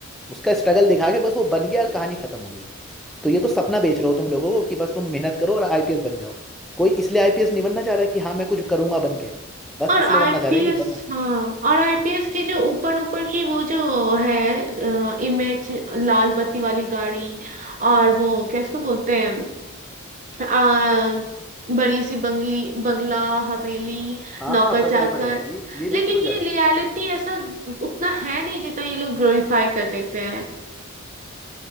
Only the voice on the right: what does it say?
और
आईपीएस
हाँ और आईपीएस की जो ऊपर ऊपर की वो जो है इमेज लाल बत्ती वाली गाड़ी और वो क्या इसको बोलते हैं आ, बड़ी सी बंगली बंगला हवेली
नौकर
चाकर
लेकिन
ये
रियलिटी ऐसा उतना है नहीं जितना ये लोग ग्लोरीफाई कर देते हैं